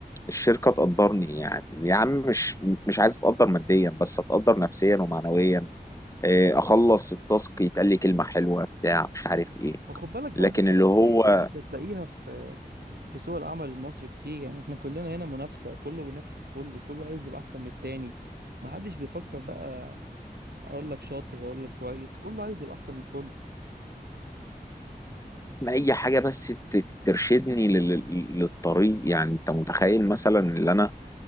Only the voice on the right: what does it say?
وخد بالك برضه
الحاجات
دي مش هتلاقيها في في سوق العمل المصري كتير يعني احنا كلنا هنا منافسه كله بينافس كله كله عايز يبقى احسن من التاني ما حدش بيفكر بقى اقول لك شاطر اقول لك كويس كله عايز يبقى احسن من كله